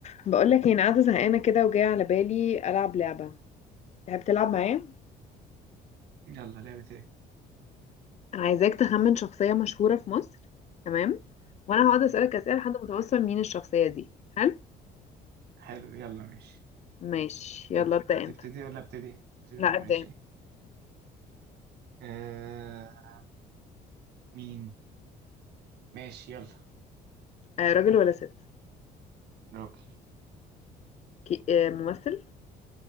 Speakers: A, on the left (about 40°); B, on the right (about 75°).
A: بقول لك انا قاعده زهقانه كده وجايه على بالي العب لعبه تحب تلعب معايا
B: يلا لعبة ايه
A: عايزاك تخمن شخصيه مشهوره في مصر تمام وانا هقعد اسالك اسئله لحد ما توصل مين الشخصيه دي حلو
B: حلو يلا ماشي
A: ماشي يلا
B: تب-
A: ابدا انت
B: تبتدي ولا ابتدي ابتدي
A: لا
B: انا
A: ابدا
B: ماشي
A: انت
B: آه مين ماشي يلا
A: آه راجل ولا ست
B: راجل
A: كي... آه ممثل